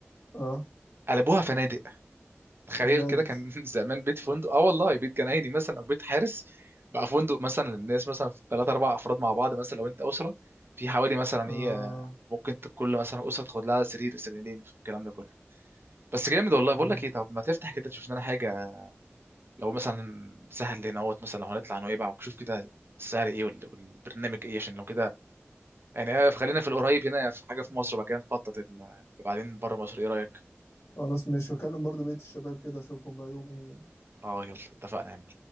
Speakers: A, on the left; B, on the right.
A: آه
B: قلبوها فنادق تخيل
A: بجد
B: كده كان <laughs> زمان بيت فندق اه والله بيت جنايني مثلا او بيت حارس بقى فندق مثلا الناس مثلا في ثلاثة أربع أفراد مع بعض مثلا لو أنت أسرة في حوالي مثلا
A: آه
B: إيه ممكن ت- كل مثلا أسرة تاخد لها سرير سريرين الكلام ده كله بس جامد والله
A: مم.
B: بقول لك إيه طب ما تفتح كده تشوف لنا حاجة لو مثلا سهل لنا اهوت مثلا لو هنطلع نويبع وشوف كده السعر إيه وال- والبرنامج إيه عشان لو كده يعني آه، خلينا في القريب هنا في حاجة في مصر بقى كده نخطط ال- اللي بعدين بره مصر إيه رأيك؟
A: خلاص ماشي وأكلم برضو بقية الشباب كده أشوفهم رأيهم إيه
B: أه يلا اتفقنا يا معلم